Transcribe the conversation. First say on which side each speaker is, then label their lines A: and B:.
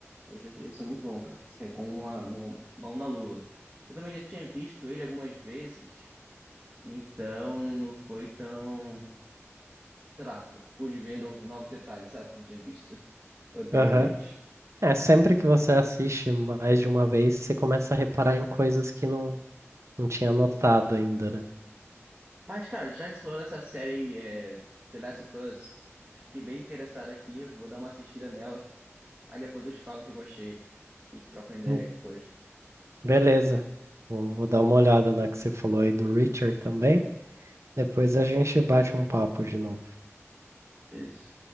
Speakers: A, on the right; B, on the right.
A: Esse, esse foi muito bom, cara. Esse foi como uma mão mão na lua. Eu também já tinha visto ele algumas vezes, então não foi tão. Sei lá, eu pude ver novos, novos detalhes, sabe? Que eu não tinha visto anteriormente.
B: Aham. É, sempre que você assiste mais de uma vez, você começa a reparar em coisas que não, não tinha notado ainda, né?
A: Mas, cara, já que você falou dessa série é, The Last of Us, fiquei bem interessado aqui. Eu vou dar uma assistida nela. Aí depois eu te falo o que eu achei. A gente troca uma ideia
B: Hum,
A: depois.
B: Beleza. Vou, vou dar uma olhada na que você falou aí do Richard também. Depois a gente bate um papo de novo.
A: Isso.